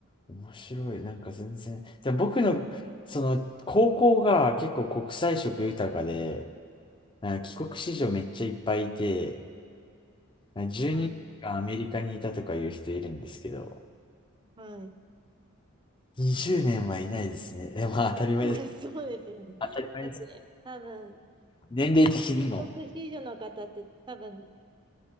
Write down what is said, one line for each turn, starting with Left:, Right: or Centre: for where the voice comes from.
Left: 面白い。なんか全然。でも僕の、その、高校が結構国際色豊かで、なんか帰国子女めっちゃいっぱいいて、なんか12年間アメリカにいたとかいう人いるんですけど、
Right: はい。はい。
Left: 20年はいないですね。でも当たり前です。
Right: <laughs> そうですよね。
Left: 当たり前です。
Right: だって、多分、
Left: 年齢的にも。
Right: 帰国子女の方って多分